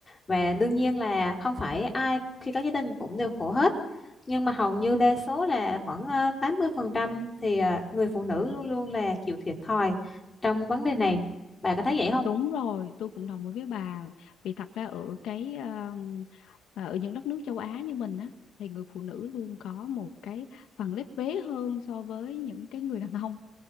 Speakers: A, on the left (about 20°); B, on the left (about 80°).
A: và đương nhiên là không phải ai khi có gia đình cũng đều khổ hết nhưng mà hầu như đa số là khoảng à, 80% thì ờ, người phụ nữ luôn luôn là chịu thiệt thòi trong vấn đề
B: Ừ.
A: này bà có thấy vậy không?
B: Đúng rồi, tôi cũng đồng ý với bà. Vì thật ra ở cái um, à, ở những đất nước châu Á như mình á thì người phụ nữ luôn có một cái phần lép vế hơn so với những cái người đàn ông.